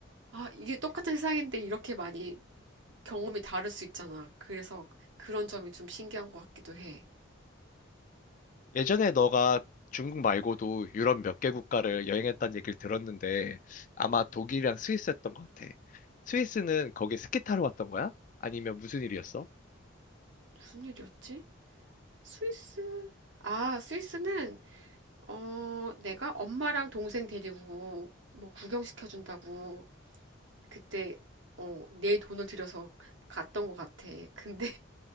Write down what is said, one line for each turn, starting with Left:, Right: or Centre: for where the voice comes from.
Right: 아, 이게 똑같은 세상인데 이렇게 많이 경험이 다를 수 있잖아. 그래서 그런 점이 좀 신기한 것 같기도 해.
Left: 예전에 너가 중국 말고도 유럽 몇 개 국가를 여행했다는 얘기를 들었는데 아마 독일이랑 스위스였던 것 같아. 스위스는 거기 스키 타러 왔던 거야? 아니면 무슨 일이었어?
Right: 무슨 일이었지? 스위스? 아, 스위스는, 어, 내가 엄마랑 동생 데리고 뭐 구경시켜준다고 그때, 어, 내 돈을 들여서 갔던 것 같아. 근데